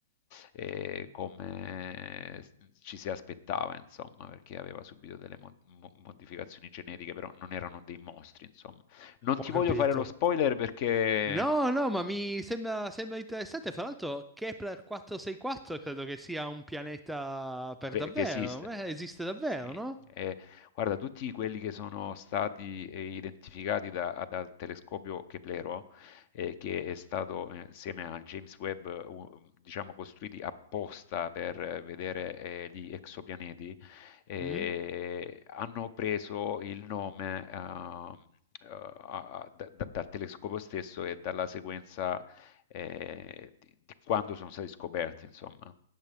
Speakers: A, on the left; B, in the centre.
A: eh, come ci si aspettava, insomma, perché aveva subito delle mo- mo- modificazioni genetiche, però non erano dei mostri, insomma. Non
B: ho
A: ti
B: capito.
A: voglio fare lo spoiler perché
B: No, no, ma mi sembra, sembra interessante. Fra l'altro, Kepler 464 credo che sia un pianeta per
A: Ve-
B: davvero.
A: che esiste.
B: Eh, esiste davvero,
A: Sì.
B: no?
A: Eh, guarda, tutti quelli che sono stati eh, identificati da- dal telescopio Keplero, eh, che è stato eh, insieme a James Webb, eh, u- diciamo, costruiti apposta per eh, vedere eh, gli exopianeti, eh,
B: Mm?
A: hanno preso il nome ehm, eh, a- a- da- da- dal telescopio stesso e dalla sequenza eh, di, di quando sono stati scoperti, insomma.